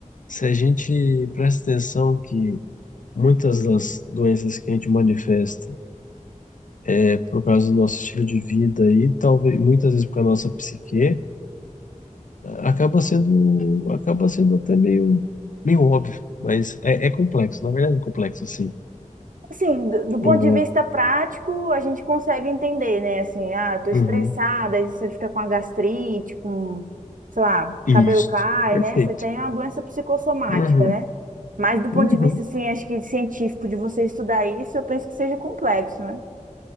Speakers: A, on the left (about 70°); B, on the right (about 80°).
A: Se a gente presta atenção que muitas das doenças que a gente manifesta é por causa do nosso estilo de vida e talvez muitas vezes por causa da nossa psique, acaba sendo, acaba sendo até meio, meio óbvio. Mas é, é complexo, na verdade é complexo, sim.
B: Assim, do, do ponto
A: O,
B: de vista prático, a gente consegue entender, né? Assim, ah, eu tô
A: Uhum.
B: estressada, aí você fica com a gastrite, com, sei lá, cabelo
A: Isto.
B: cai,
A: Perfeito.
B: né? Você tem uma doença psicossomática,
A: Uhum.
B: né? Mas do ponto
A: Uhum.
B: de vista, assim, acho que científico de você estudar isso, eu penso que seja complexo, né?